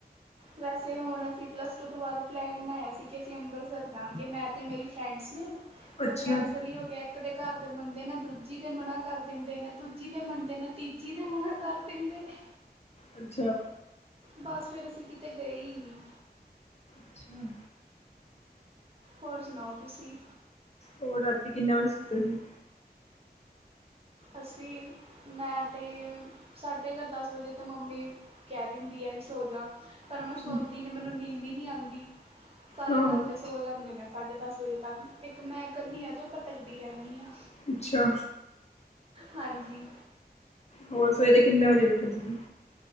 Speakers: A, on the right; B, on the left.
A: ਵੈਸੇ ਹੁਣ ਅਸੀਂ ਪਲੱਸ ਟੂ ਤੋਂ ਬਾਅਦ ਪਲੈਨ ਬਣਾਇਆ ਸੀ ਕਿ ਅਸੀਂ ਅੰਬਰਸਰ ਜਾਵਾਂਗੇ ਮੈਂ ਤਾਂ ਮੇਰੀ ਫਰੈਂਡਸ ਨੇ। ਤੇ
B: ਅੱਛਾ
A: ਉਹ ਕੈਂਸਲ ਹੀ ਹੋ ਗਿਆ ਇੱਕ ਦੇ ਘਰ ਦੇ ਮੰਨਦੇ ਨੇ ਦੂਜੀ ਤੇ ਮਨਾ ਕਰ ਦਿੰਦੇ ਨੇ। ਦੂਜੀ ਦੇ ਮੰਨਦੇ ਨੇ ਤੀਜੀ ਦੇ ਮਨਾ ਕਰ ਦਿੰਦੇ ਨੇ।
B: ਅੱਛਾ
A: ਬਸ ਫੇਰ ਅਸੀਂ ਕਿਤੇ ਗਏ ਈ ਨੀ।
B: ਅੱਛਾ
A: ਹੋਰ ਸੁਣਾਓ ਤੁਸੀਂ।
B: ਹੋਰ ਰਾਤੀ ਕਿੰਨੇ ਵਜੇ ਸੁੱਤੇ ਸੀ?
A: ਅਸੀਂ, ਮੈਂ ਤੇ ਸਾਡੇ ਘਰ ਦਸ ਵਜੇ ਤੇ ਮੰਮੀ ਕਹਿ ਦਿੰਦੀ ਐ ਵੀ ਸੋ ਜਾ। ਪਰ ਮੈਂ
B: ਅੱਛਾ,
A: ਸੌਦੀ ਨੀ ਮੈਨੂੰ ਨੀਂਦ ਹੀ ਨੀ ਆਂਦੀ, ਸਾਰੇ
B: ਹਾਂ
A: ਘਰ ਦੇ ਸੋ ਜਾਂਦੇ ਨੇ ਸਾਢੇ ਦਸ ਵਜੇ ਤੱਕ, ਇੱਕ ਮੈਂ ਕੱਲੀ ਆ ਜੋ ਭਟਕਦੀ ਰਹਿੰਨੀ ਆ।
B: ਅੱਛਾ।
A: ਹਾਂਜੀ।
B: ਹੋਰ ਸਵੇਰੇ ਕਿੰਨੇ ਵਜੇ ਉੱਠੇ ਤੁਸੀਂ?